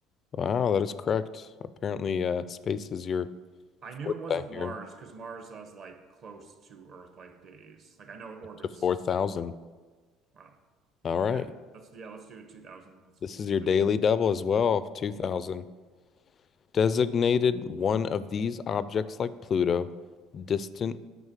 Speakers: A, on the left; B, on the right.
A: Wow, that is correct. Apparently, uh, space is your
B: I knew
A: fourth
B: it wasn't
A: back
B: Mars
A: here,
B: because Mars has like close to Earth like days. Like I know it orbits.
A: up to 4,000.
B: Wow.
A: All
B: Okay.
A: right.
B: Let's yeah, let's do 2000. Let's
A: This is your
B: finish.
A: daily double as well, 2,000.
B: Ooh.
A: Designated one of these objects like Pluto, distant